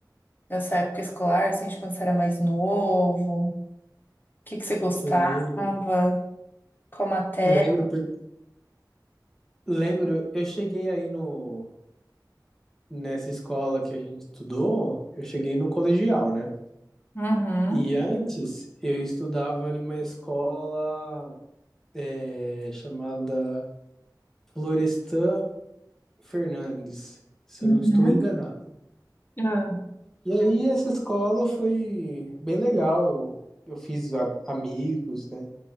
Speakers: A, on the left; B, in the centre.
A: dessa época escolar, assim, de quando você era mais novo? O que que você gostava?
B: Lembro.
A: Qual matéria?
B: Lembro, por... lembro, eu cheguei aí no... nessa escola que a gente estudou, eu cheguei no colegial, né?
A: Uhum.
B: E antes, eu estudava em uma escola é, chamada Florestan Fernandes, se
A: Uhum.
B: eu não estou enganado.
A: Ah,
B: E aí essa escola foi bem legal. Eu, eu fiz a- amigos, né?